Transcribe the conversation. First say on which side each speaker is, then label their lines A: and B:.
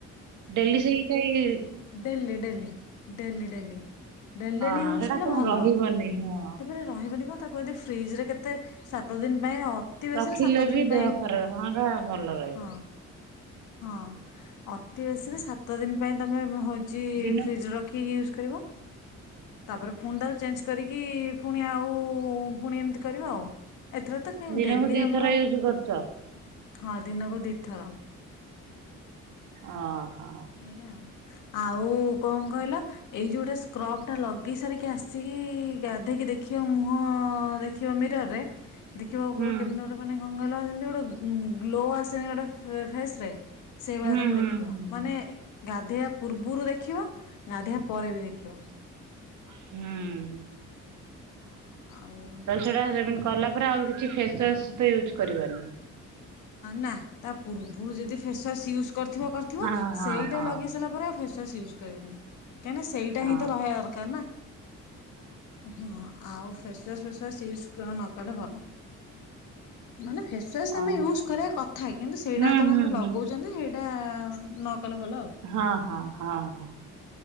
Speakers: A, on the right; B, on the left.
A: ଡେଲି ସେଇ ସେଇ
B: ଡେଲି ଡେଲି ଡେଲି ଡେଲି। ଏ ଡେଲି
A: ହଁ
B: ଡେଲି ୟୁଜ୍
A: ସେଟା
B: କଲେ
A: କଣ
B: ଭଲ,
A: ରହିବନି ହଁ।
B: ତାପରେ ରହିବନି କଣ ତାକୁ ଯଦି ଫ୍ରିଜ ରେ କେତେ ସାତ ଦିନ ପାଇଁ ଅତି ବେଶୀରେ
A: ରଖିଲେ
B: ସାତ ଦିନ
A: ବି ଦେହ
B: ପାଇଁ
A: ଖରାପ ହଅଙ୍କା ଭଲ ରହିବ
B: ହଁ ହଁ ଅତି ବେଶୀରେ ସାତ ଦିନ ପାଇଁ ତୋମେ ବ-ହୋଉ ଚି
A: ଦିନ
B: ଫ୍ରିଜ୍ ରେ ରଖିକି ୟୁଜ କରିବ ତାପରେ ଫୁଣ୍ ତାକୁ ଚେଞ୍ଜ କରିକି ଫୁଣି ଆଉ ପୁଣି ଏମିତି କରିବା ଆଉ ଏଥିରେ ତ କାଇଁ
A: ଦିନକୁ
B: ଡେଲି
A: ଦିଥର
B: ଆମର
A: ୟୁଜ କରୁଛ?
B: ହଁ ଦିନକୁ ଦିଥର।
A: ଓହୋ।
B: ଏ-ଆ- ଆଉ କଣ କହିଲ ଏଇ ଯୋଉଟା ସ୍କ୍ରବ ଟା ଲଗେଇ ସାରିକି ଆସିକି ଗାଧେଇକି ଦେଖିବ ମୁହଁ ଦେଖିବ ମିରର୍ ରେ ଦେଖିବ ଉପରେ
A: ହୁଁ
B: କେମିତି ଗୋଟେ ମାନେ କଣ କହିଲ ଏ ଏମତି ଗୋଟେ ଉଁ, ଗ୍ଲୋ ଆସେନି ଗୋଟେ ଫେ- ଫେସ୍ ରେ ସେଇଭଳିଆ
A: ହୁଁ
B: ତୋମେ
A: ହୁଁ
B: ଦେଖିବ।
A: ହୁଁ।
B: ମାନେ ଏ ଗାଧେଇବା ପୂର୍ବରୁ ଦେଖିବ ଗାଧେଇବା ପରେ ବି ଦେଖିବ।
A: ହୁଁ ତାହେଲେ
B: ହଁ ଆଉ
A: ସେଟା ସେମିତି କଲା। ତାରେ ଆଉ କିଛି ଫେସୱା ୟୁଜ୍ କରିବାନି।
B: ନା ତା ପୂର୍ବରୁ ଯଦି ଫେସୱାସ୍ ୟୁଜ କରୁ ଥିବ କରିଥିବ
A: ହଁ ହଁ
B: ସେଇଟା
A: ହଁ
B: ଲଗେଇ ସାରିଲା ପରେ ଫେ ସସ୍ ୟୁଜ କରିବାନି। କାହିଁକ ସେଇଟା
A: ହଁ
B: ହିଁ ତ ରହିବା ଦରକାର ନା ହଁ ଆଉ। ଫେସୱାସ ଫେସୱାସ୍ ୟୁଜ ନକଲେ ଭଲ ମାନେ ଫେସ୍
A: ଓହୋ
B: ଆମେ ୟୁଜ କରିବା କଥା କିନ୍ତୁ ସେଇଟା
A: ହୁଁ
B: ଯେତେବେଳେ
A: ହୁଁ
B: ଲଗାଉଛନ୍ତି।
A: ହୁଁ
B: ଇଟ ନ। କଲେ ଭଲ ଆଉ
A: ହଁ ହଁ ହଁ ହଁ